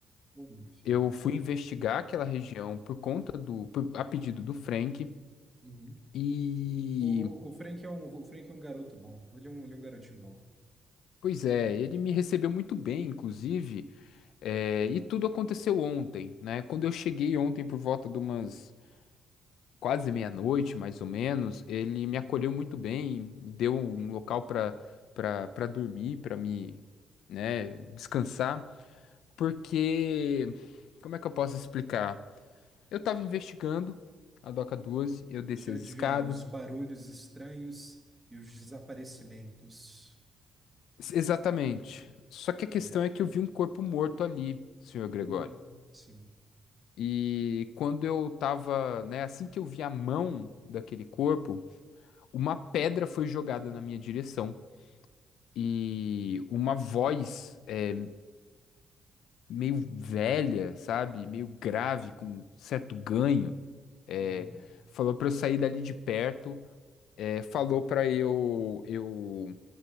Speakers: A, on the right; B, on the left.
A: Ô, meu filho.
B: Eu fui investigar aquela região por conta do... por- a pedido do Frank.
A: Uhum.
B: E...
A: O, o, o Frank é um, o Frank é um garoto bom. Ele é um, ele é um garotinho bom.
B: Pois é, ele me recebeu muito bem, inclusive. É, e tudo aconteceu ontem, né? Quando eu cheguei ontem por volta de umas quase meia-noite, mais ou menos, ele me acolheu muito bem, me deu um local para para para dormir, para me, né, descansar, porque como é que eu posso explicar? Eu estava investigando a Doca doze, eu desci
A: Deixa
B: as
A: eu adivinhar,
B: escadas.
A: os barulhos estranhos e os desaparecimentos.
B: Exatamente. Só que a questão
A: É.
B: é que eu vi um corpo morto ali, senhor Gregório.
A: Hum, sim.
B: E quando eu tava, né, assim que eu vi a mão daquele corpo, uma pedra foi jogada na minha direção. E uma voz é, meio velha, sabe? Meio grave, com certo ganho, é,
A: Uhum.
B: falou pra eu sair dali de perto, é, falou pra eu, eu